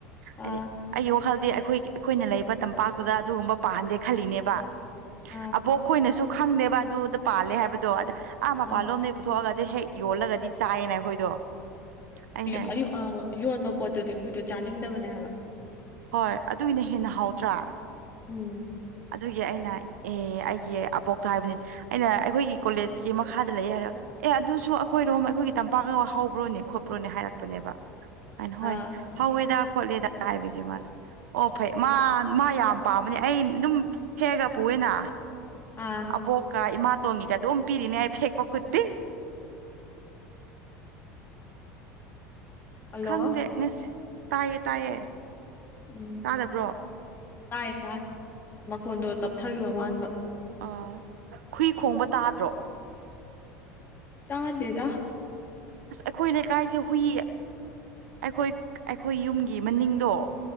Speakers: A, on the left; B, on the right.
A: ꯑꯥ
B: ꯍꯥꯏꯗꯤ ꯑꯩ ꯋꯥꯈꯜꯗꯤ ꯑꯩꯈꯣꯏ ꯑꯩꯈꯣꯏꯅ ꯂꯩꯕ ꯇꯝꯄꯥꯛꯇꯨꯗ ꯑꯗꯨꯒꯨꯝꯕ ꯄꯥꯍꯟꯗꯦ ꯈꯜꯂꯤꯅꯦꯕ
A: ꯑꯥ
B: ꯑꯕꯣꯛ ꯑꯩꯈꯣꯏꯅꯁꯨ ꯈꯪꯗꯦꯕ ꯑꯗꯨꯗ ꯄꯥꯜꯂꯦ ꯍꯥꯏꯕꯗꯣ ꯑꯗꯥ ꯃꯄꯥꯜꯂꯣꯝꯗꯒꯤꯩ
A: ꯑꯥ
B: ꯄꯨꯊꯣꯛꯑꯒꯗꯤ ꯍꯦꯛ ꯌꯣꯜꯂꯒꯗꯤ ꯆꯥꯏꯌꯦꯅ ꯑꯩꯈꯣꯏꯗꯣ ꯑꯩꯅ
A: ꯍꯣꯏ ꯑꯣ ꯌꯣꯟꯕ ꯄꯣꯠꯇꯨꯗꯤ ꯑꯩꯈꯣꯏꯗꯣ ꯆꯥꯅꯤꯡꯗꯕꯅꯦ ꯍꯥꯏꯕ
B: ꯍꯣꯏ ꯑꯗꯨꯒꯤꯅ ꯍꯦꯟꯅ ꯍꯥꯎꯇ꯭ꯔꯥ
A: ꯎꯝ
B: ꯑꯗꯨꯒꯤ ꯑꯩꯅ ꯑꯦ ꯑꯩꯒꯤ ꯑꯕꯣꯛꯇ ꯍꯥꯏꯕꯅꯦ ꯑꯩꯅ ꯑꯩꯈꯣꯏꯒꯤ ꯀꯣꯂꯦꯖꯀꯤ ꯃꯈꯥꯗ ꯂꯩ ꯍꯥꯏꯔ ꯑꯦ ꯑꯗꯨꯁꯨ ꯑꯩꯈꯣꯏꯔꯣꯝ ꯑꯩꯈꯣꯏꯒꯤ ꯇꯝꯄꯥꯛꯀ ꯋꯥ ꯍꯧꯕ꯭ꯔꯣꯅꯦ ꯈꯣꯠꯄ꯭ꯔꯣꯅꯦ ꯍꯥꯏꯔꯛꯄꯅꯦꯕ ꯍꯥꯏꯅ ꯍꯣꯏ
A: ꯑꯥ
B: ꯍꯧꯋꯦꯗ ꯈꯣꯠꯂꯦꯗ ꯀꯥꯏꯕꯒꯤ ꯃꯥꯅ ꯑꯣ ꯐꯩ ꯃꯥ ꯃꯥ ꯌꯥꯝ ꯄꯥꯝꯕꯅꯦ ꯑꯩ ꯑꯗꯨꯝ ꯍꯦꯛꯒ ꯄꯨꯑꯦꯅ
A: ꯑꯥ
B: ꯑꯕꯣꯛꯀ ꯏꯃꯥꯇꯣꯟꯒꯤꯒ ꯑꯗꯨꯝ ꯄꯤꯔꯤꯅꯦ ꯑꯩ ꯐꯦꯛꯄ ꯈꯨꯠꯇꯤ
A: ꯍꯜꯂꯣ
B: ꯈꯪꯗꯦ ꯉꯁꯤ ꯇꯥꯏꯌꯦ ꯇꯥꯏꯌꯦ
A: ꯎꯝ
B: ꯇꯥꯗꯕ꯭ꯔꯣ
A: ꯇꯥꯏꯌꯦ ꯇꯥꯏ ꯃꯈꯣꯟꯗꯣ ꯇꯞꯊꯈꯤꯕ ꯃꯥꯟꯕ
B: ꯑꯣ ꯍꯨꯏ ꯈꯣꯡꯕ ꯇꯥꯗ꯭ꯔꯣ
A: ꯇꯥꯗꯦꯗ
B: ꯑꯁ ꯑꯩꯈꯣꯏ ꯂꯩꯀꯥꯏꯁꯦ ꯍꯨꯏ ꯑꯩꯈꯣꯏ ꯑꯩꯈꯣꯏ ꯌꯨꯝꯒꯤ ꯃꯅꯤꯡꯗꯣ